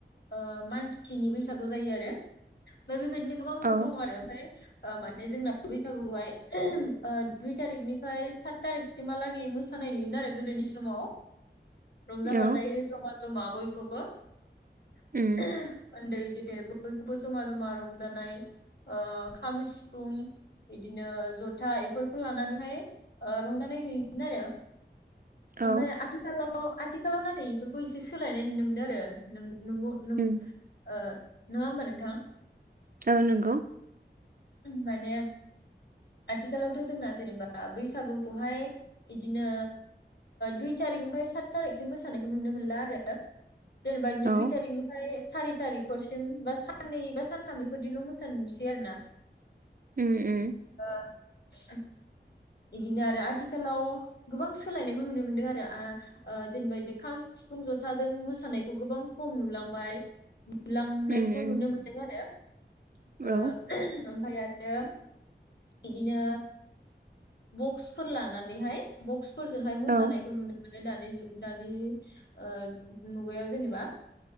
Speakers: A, on the left; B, on the right.
A: ओ मानसिनि बैसागु जायो आरो ओमफाय बेबायदिनो गोबां
B: औ
A: दं आरो ओमफाय ओ माने जोंना बैसागुखौहाय <unintelligible> दुइ थारिखनिफ्राय सात थारिखसिमहालागै मोसानाय नुयो आरो गोदोनि समाव रंजा
B: औ
A: बाजायै जमा जमा बयखौबो <inaudible>
B: उम
A: ओन्दै गेदेर बयखौबो जमा जमा रंजानाय ओ खाम सिफुं इदिनो जथा बेफोरखौ लानानैहाय रंजानाय नुयोमोन आरो
B: औ
A: ओमफाय आथिखालाव औ आथिखालाव नाथाय इफोरखौ एसे सोलायनाय नुनो मोनदों आरो नों नोंगौ नों
B: उम
A: ओ नङा होमबा नोंथां?
B: औ नंगौ
A: माने आथिखालावथ जोंना जेनेबा बैसागुखौहाय बिदिनो दुइ ओ थारिकनिफ्राय सात थारिखसिम मोसानायखौ नुनो मोनला आरो जेनेबा बिदिनो
B: औ
A: दुइ थारिकनिफ्राय सारि थारिखसिम बा साननै बा सानथाम बे फोरदिल मोसानाय नुसै आरोना।
B: उम उम
A: <inaudible> इदिनो आरो आथिखालाव गोबां सोलायनायखौ नुनो मोनदों आरो आ ओ जेनेबा खाम सिफुं जथाजों मोसानायखौ गोबां खम नुलांबाय नुलांनायखौ
B: उम उम
A: नुनो मोन्दों आरो । ओ
B: औ
A: ओमफ्राय आरो ओ इदिनो बक्सफोर लानानैहाय बक्स फोरजोंहाय मोसानायखौ
B: औ
A: नुनो मोनो दानि जुग दानि ओमुगायाव जेनेबा।